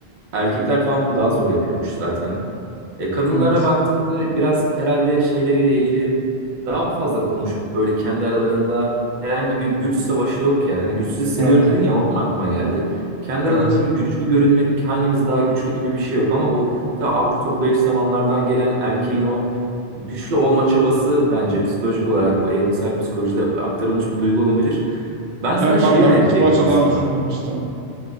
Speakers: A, on the right (about 55°); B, on the right (about 85°).
A: erkekler falan bunu daha zor yapıyormuş zaten. E, kadınlara
B: Evet.
A: baktığımda biraz herhalde şeyleriyle ilgili daha fazla konuşup böyle kendi aralarında herhangi bir güç savaşı yok ya. Hani güçsüz hissediyorum
B: Evet.
A: dedin ya oradan aklıma geldi. Kendi
B: Evet.
A: aralarında bir güçlü görünme hangimiz daha güçlü gibi bir şey yok ama bu ta avcı toplayıcı zamanlardan gelen erkeğin o güçlü olma çabası bence psikolojik olarak bu evrimsel psikolojide aktarılmış bir duygu olabilir. Ben sana
B: Evet
A: şeyi
B: bak ben
A: önerecektim
B: hiç bu açıdan
A: aslında.
B: düşünmemiştim.